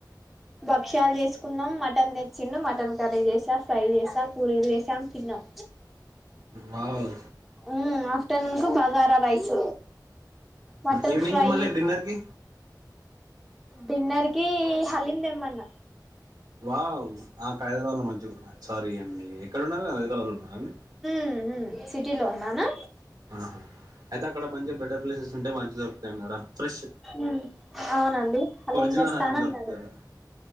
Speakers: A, in the centre; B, on the right.
A: భక్ష్యాల్ చేస్కున్నాం మటన్ తెచ్చిండు మటన్ కర్రీ చేసా, ఫ్రై చేసా పూరీల్ చేసాం తిన్నం.
B: వావ్
A: మ్ ఆఫ్టర్నూన్కు బగారా రైస్ మటన్
B: ఈవ్నింగ్కి
A: ఫ్రై
B: మళ్ళీ డిన్నర్కి
A: డిన్నర్కీ హలీం తెమ్మన్న.
B: వావ్ అక్కడ్ హైదరాబాద్ల మంచిగు సారీ అండీ ఎక్కడున్నారు హైదరాబాద్లో ఉన్నారా అండి.
A: మ్ మ్ సిటీలో ఉన్నానా
B: ఆహా అయితే అక్కడ మంచిగ బెటర్ ప్లేసెస్ ఉంటే మంచిగ్ దొరుకుతాయన్నాడ ఫ్రెష్
A: ఉమ్ అవునండి హలీం
B: ఒరిజినల్
A: దెస్తా అన్ అన్నాడు
B: దొరుకుతుంది ఆడ